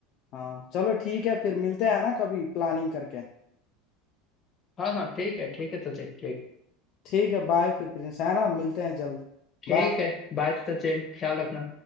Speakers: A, on the left; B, on the left.
A: हाँ चलो ठीक है फिर मिलते हैं ना कभी प्लानिंग करके
B: हाँ हाँ ठीक है ठीक है सचिन ठीक
A: ठीक है बाय फिर प्रिंस है ना मिलते हैं जल्द
B: ठीक
A: बाय
B: है बाय सचिन ख्याल रखना